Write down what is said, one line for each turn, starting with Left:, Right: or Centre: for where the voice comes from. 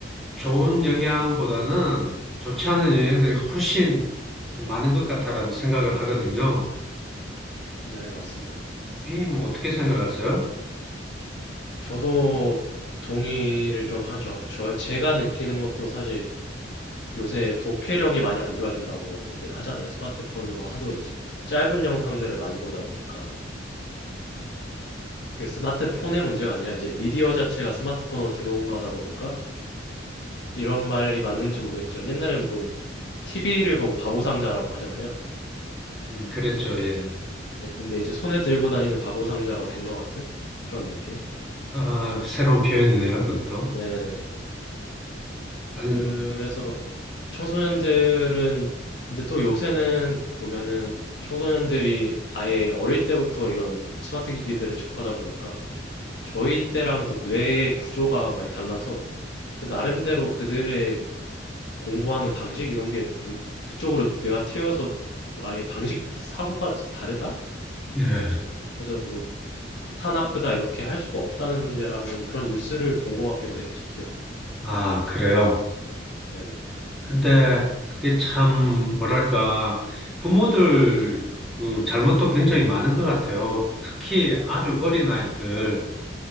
Centre: 좋은 영향보다는 좋지 않은 영향들이 훨씬 좀 많은 것 같다라는 생각을 하거든요.
Left: 네, 맞습니다.
Centre: 비님은 어떻게 생각하세요?
Left: 저도 동의를 좀 하죠. 저 제가 느끼는 것도 사실 요새 독해력이 많이 안 좋아진다고들 하잖아요. 스마트폰으로 하도 이제 짧은 영상들을 많이 보다 보니까 그게 스마트폰의 문제가 아니라 이제 미디어 자체가 스마트폰으로 들어온 거다 보니까 이런 말이 맞는지 모르겠지만 옛날엔 뭐 TV를 보고 바보상자라고 하잖아요.
Centre: 음, 그랬죠, 예.
Left: 네, 근데 이제 손에 들고 다니는 바보 상자가 된 것 같은 그런 느낌?
Centre: 아, 새로운 표현이네요, 그것도.
Left: 네네.
Centre: 아니,
Left: 그래서 청소년들은, 근데 또 요새는 보면은 청소년들이 아예 어릴 때부터 이런 스마트 기기들을 접하다 보니까 저희 때랑 또 뇌의 구조가 많이 달라서 그 나름대로 그들의 공부하는 방식 이런 게뭐 그쪽으로 뇌가 튀어서 좀 아예 방식 사고가 다르다?
Centre: 예.
Left: 그래서 뭐 좋다 나쁘다 이렇게 할 수가 없다는 문제라는 그런 뉴스를 본 것 같기도 해요, 제 기억에.
Centre: 아, 그래요.
Left: 네네.
Centre: 근데 그게 참, 뭐랄까, 부모들 그 잘못도 굉장히 많은 것 같아요. 특히 아주 어린 아이들.